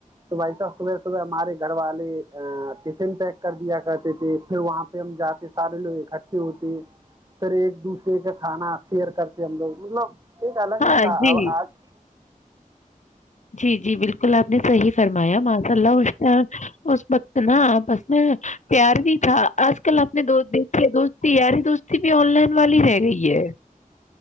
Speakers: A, on the right; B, on the left.
A: تو ویسا صبح صبح ہمارے گھر والے ٹفن پیک کر دیا کرتے تھے پھر وہاں پہ ہم جاتے سارے لوگ اکٹھے ہوتے پھر ایک دوسرے کا کھانا شیئر کرتے ہم لوگ مطلب ایک الگ
B: ہاں
A: ہی تھا
B: جی
A: اب آج
B: جی جی بالکل آ کل آپ نے صحی فرمایا ماشاء اللہ اس اس وقت نا بس میں پیار بھی تھا آج کل آپ نے دیکھی دوستی یاری دوستی بھی آن لائن والی رہ گئی ہے